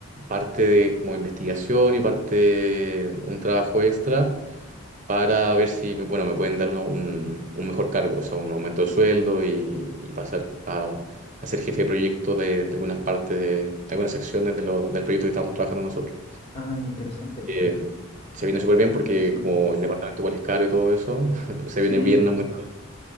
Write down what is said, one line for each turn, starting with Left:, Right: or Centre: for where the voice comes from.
Right: parte de como investigación y parte un trabajo extra para ver si, bueno, me pueden dar uno- un, un mejor cargo, o sea, un aumento de sueldo y, y pasar a, a ser jefe de proyecto de, de algunas partes, de algunas secciones de lo- del proyecto que estamos trabajando nosotros.
Left: Ah, qué interesante.
Right: Eh, se viene súper bien porque
Left: Sí,
Right: como
Left: po.
Right: el departamento igual es caro y todo eso, <laughs> se
Left: Sí,
Right: viene bien
Left: po.
Right: una multa.